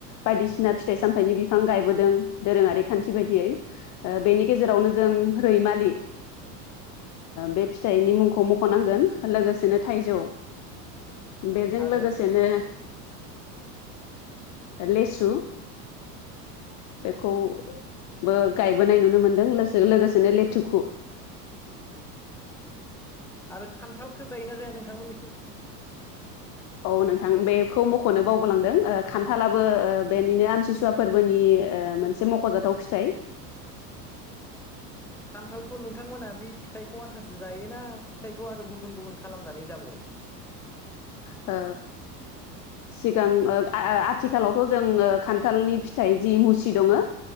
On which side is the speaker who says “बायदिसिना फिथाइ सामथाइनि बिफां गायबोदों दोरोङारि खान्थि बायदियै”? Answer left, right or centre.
Left